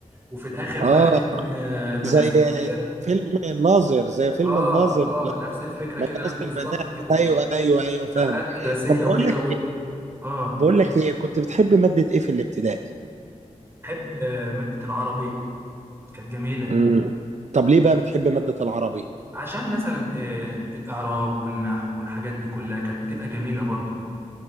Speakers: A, on the right; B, on the right.
A: وفي الاخر
B: اه
A: بقى يكون آه، المدرسه
B: زي
A: ديت
B: فيلم الناظر زي فيلم
A: اه
B: الناظر
A: اه
B: لا،
A: نفس الفكره
B: مدرسة
A: كده نفس بالظبط
B: البنات
A: كده
B: ايوه ايوه ايوه
A: مسابقات
B: فاهمك
A: مدرسيه
B: طب بقول
A: وكده
B: لك
A: و... اه
B: بقول لك ايه كنت بتحب مادة ايه في الابتدائي؟
A: بحب آه، مادة العربي كانت جميلة
B: امم طب ليه بقى بتحب مادة العربي؟
A: عشان مثلا آه، الإعراب والنحو والحاجات دي كلها كانت بتبقى جميلة برضه